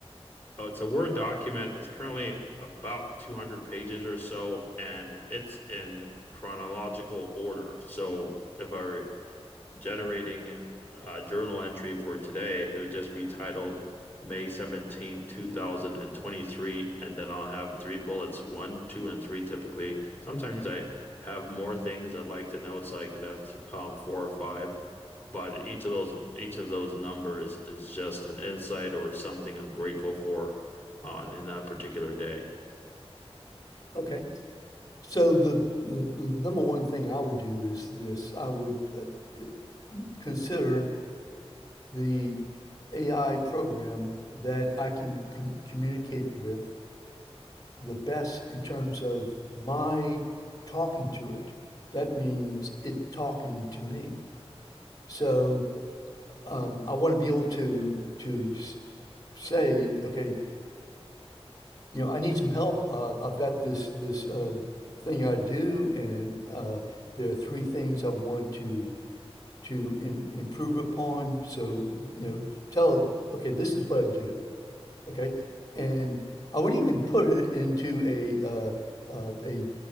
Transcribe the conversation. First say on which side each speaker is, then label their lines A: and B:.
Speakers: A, on the left; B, on the left.
A: oh, it's a Word document. It's currently about 200 pages or so, and it's in chronological order. So if I re- generating a journal entry for today, it would just be titled May 17th, 2023, and twenty-three, and then I'll have three bullets, one, two, and three typically. Sometimes I have more things I'd like to note, so I could have th um, four or five, but each of those each of those numbers is just an insight or something I'm grateful for on in that particular day.
B: Okay. So the, the, the number one thing I would do is this. I would uh, d- consider the AI program that I can com communicate with the best in terms of my talking to it. That means it talking to me. So um, I want to be able to to s- say, okay, you know, I need some help. Uh, I've got this this uh, thing I do, and uh, there are three things I want to to im improve upon. So, you know, tell, it, okay, this is what I do, okay, and I would even put it into a uh, uh, a